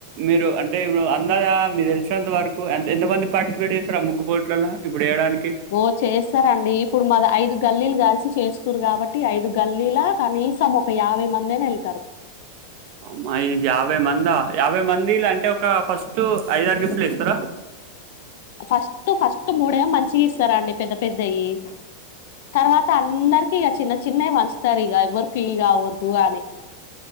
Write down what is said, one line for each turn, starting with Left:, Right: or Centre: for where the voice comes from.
Right: మీరు అంటే ఇప్పుడు అందదా మీక్ తెలిసినంత వరకు ఎం ఎంత మంది పార్టిసిపేట్ చేస్తరా ముగ్గు పోట్లల్లా ఇప్పుడు ఏయడానికి
Left: ఓ చేస్తరండి ఇప్పుడు మాగ ఐదు గల్లీలు కలిసి చేస్తుర్రు గాబట్టి ఐదు గల్లీలా కనీసం ఒక్ క యాభై మందైన ఎళ్తరు
Right: మ్మయి యాభై మందా యాభై మందిలు అంటే ఒక ఫస్ట్ ఐదారు గిఫ్ట్లు ఇస్తరా
Left: ఫస్ట్ ఫస్ట్ మూడే మంచిగిస్తరండి పెద్ద పెద్దయ్యి తర్వాత అందరికి ఇగ చిన్న చిన్నయి పంచుతరిగ ఎవ్వరు ఫీల్ గావద్దు అని